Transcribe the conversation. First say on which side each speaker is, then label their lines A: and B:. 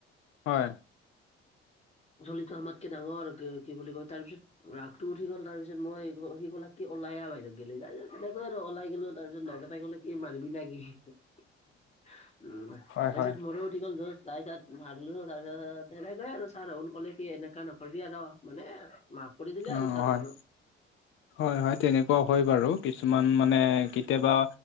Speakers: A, on the left; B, on the left.
A: হয়
B: জলিটো আমাতকে ডাঙৰ আৰু কি বুলি কয় তাৰপিছত ৰাসটো উঠি গ'ল তাৰপিছত মই সি কলে কি উলাই আহা বাইদেউ গ'ি <unintelligible> তাৰিছতনেকে আৰু লাই গলো তাৰপিছত লগ উলাই গলে কি মাৰিবি না কি উম তাৰপিছত
A: হয় হয়
B: মোৰো উঠি গ'ল য তাই তাত মাৰিলোঁ তাৰপিছত সেনেকয়ে আৰু ছাৰ ৰাহুল ক'লে কি এনেকুৱা নকৰিবি আৰু মানে মাফ কৰি দিলে
A: অহ
B: আৰু ছাৰহঁতে।
A: হয় হয় হয় তেনেকুৱা হয় বাৰু কিছুমান মানে
B: উম,
A: কেতিয়াবা